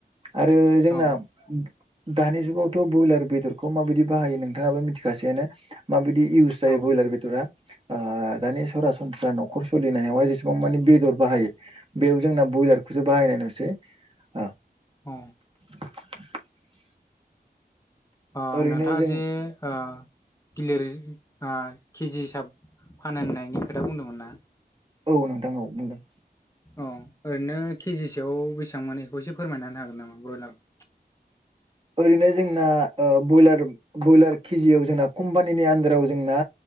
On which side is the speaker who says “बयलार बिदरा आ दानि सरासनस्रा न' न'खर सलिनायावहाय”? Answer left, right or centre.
Right